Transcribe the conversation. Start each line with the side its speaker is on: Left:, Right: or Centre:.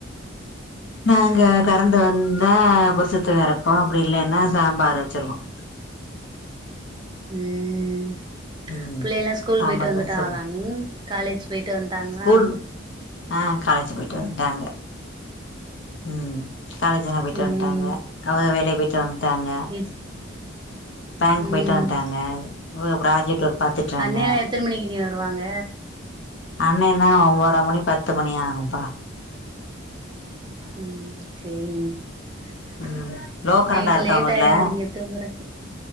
Left: நாங்க கறந்து வந்தா புரசத்து வறப்போம் அப்டி இல்லன்னா சாம்பார வச்சிருவோம்
Right: ம்
Left: ம்
Right: புள்ளய எல்லாம் ஸ்கூல்
Left: சாம்பார்
Right: போயிட்டு வந்துட்டாகலா
Left: மாரி சொ
Right: அண்ணி காலேஜ் போயிட்டு வன்ட்டாங்ளா
Left: ஸ்கூல் ஆ காலேஜ் போயிட்டு வந்ட்டாங்க ம் காலேஜெல்லாம் போய்ட்டு
Right: ம்
Left: வந்ட்டாங்க அவக வேலய போய்ட்டு வந்ட்டாங்க
Right: ஏஜ்
Left: பேங்க்
Right: ம்
Left: போயிட்டு வந்ட்டாங்க இவக ப்ராஜெட் ஒர்க் பாத்துட்றாங்க
Right: அண்ணேலா எத்தன மணிக்கு அண்ணி வருவாங்க
Left: அண்ணன்னா ஒம்பதர மணி பத்து மணி ஆகும்ப்பா
Right: ம் சேரிண்ணிநைட்டு்
Left: ம் லோ கரண்டா இருக்கா
Right: லேட்
Left: உங்க வூட்ல
Right: ஆயிர நீங்க தூங்குறக்கு